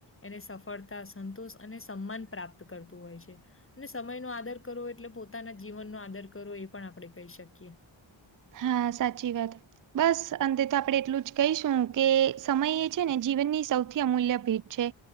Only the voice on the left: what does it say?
એને સફળતા, સંતોષ અને સમ્માન પ્રાપ્ત કરતું હોય છે. અને સમયનો આદર કરવો એટલે પોતાના જીવનનો આદર કરવો એ પણ આપણે કહી શકીએ.